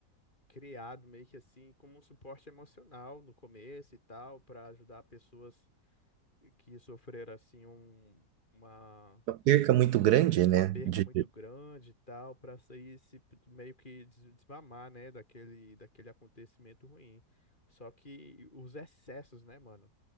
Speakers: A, on the left (about 25°); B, on the right (about 70°).
A: criado meio que assim como um suporte emocional no começo e tal, para ajudar pessoas que sofreram assim um- uma
B: é uma perca muito grande,
A: uma
B: né?
A: perca
B: De...
A: muito grande e tal, para sair se meio que des- desmamar, né, daquele daquele acontecimento ruim. Só que os excessos, né, mano?